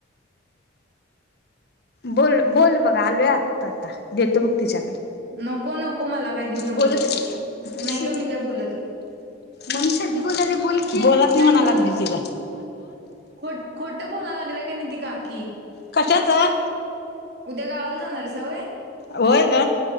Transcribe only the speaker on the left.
बोल बोल बघ आलोय आता, देतो बघ तिच्याकडं.
बोलत
मम्मी संधे बोलाल्या बोल की, बोला
की म्हणा
लागली की गं.
कशाचं.
होय गं.